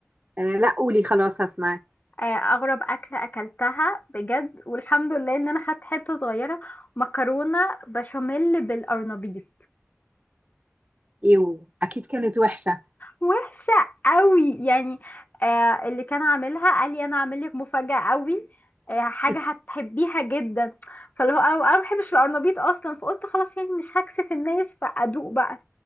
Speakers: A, on the right; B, on the left.
A: آه، لا قولي خلاص هسمعك
B: آه، اغرب اكله اكلتها بجد والحمد لله ان انا خدت حته صغيره مكرونه بشاميل بالقرنبيط
A: ايه واكيد كانت وحشه
B: وحشه قوي يعني آه، اللي كان عاملها قال لي انا عامل لك مفاجاه قوي آه، حاجه
A: <laughs>
B: هتحبيها جدا فاللي هو انا ما بحبش القرنبيط اصلا فقلت خلاص يعني مش هكسف الناس فادوق بقى